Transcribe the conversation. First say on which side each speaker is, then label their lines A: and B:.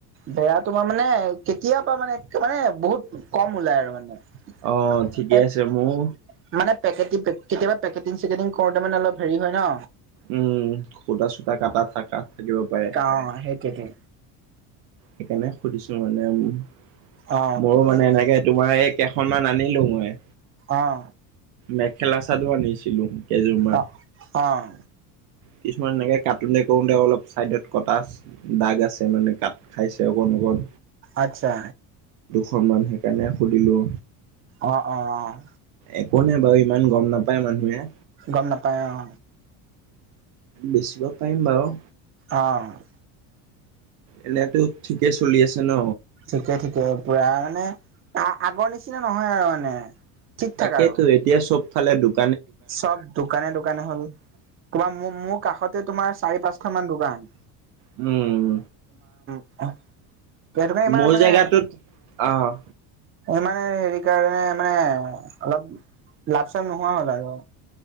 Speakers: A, on the right (about 30°); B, on the right (about 80°).
A: বেয়া তোমাৰ মানে, কেতিয়াবা মানে। মানে বহুত কম ওলাই আৰু মানে।
B: অ ঠিকে
A: এই,
B: আছে মোৰ
A: মানে পেকেটি পে। কেতিয়া পেকেটিং চেকেটিং কৰোতে মানে অলপ হেৰি হয় ন।
B: উম্, সুটা চুটা কাটা থাকা থাকিব পাৰে।
A: অ সেইটোৱেটো
B: সেইকাৰণে সুধিছো মানে উ।
A: অ
B: মোৰো মানে এনেকে। তোমাৰ এই কেইখনমান আনিলো মই।
A: অ'।
B: মেখেলা চাদৰ আনিছিলো? কেইযোৰমান
A: অ' অ'
B: কিছুমান এনেকে কাটো তে ক'ৰো তে অলপ চাইডত কটা দাগ আছে মানে ক খাইছে অকন অকন।
A: আচ্ছা।
B: অকণমান সেইকাৰণে সুধিলোঁ।
A: অ' অ' অ'।
B: একো নাই বাৰু ইমান গ'ম নাপায় মানুহে।
A: গ'ম নাপায় অ'।
B: বেচিব পাৰিম বাৰু।
A: অ'।
B: এনেতো ঠিকে চলি আছে? ন
A: ঠিকে ঠিকে পুৰা মানে আগৰ নিচিনা নহয় আৰু মানে। ঠিক
B: তাকেইতো
A: ঠাক আৰু
B: এতিয়া চব ফালে দুব
A: চব দোকানে দোকানে হ'ল। তোমাৰ মোৰ কাষতে তোমাৰ চাৰি পাঁচশ মান দোকান।
B: উম।
A: অ' সেইতো কাৰনে ইমান
B: মোৰ
A: মানে
B: জেগাটোত অ',
A: ইমানে হেৰি কাৰণে মানে অলপ লাভ চাভ নোহোৱা হ'ল আৰু।